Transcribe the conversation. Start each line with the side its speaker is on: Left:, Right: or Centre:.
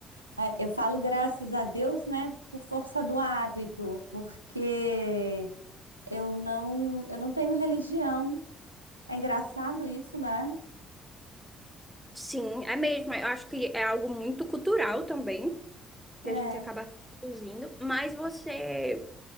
Right: É, Eu falo graças a Deus, né, por força do hábito, porque eu não, eu não tenho religião. É engraçado isso, né?
Centre: Sim, é mesmo. Eu acho que é algo muito cultural também, que
Right: É.
Centre: a gente acaba reproduzindo. Mas você,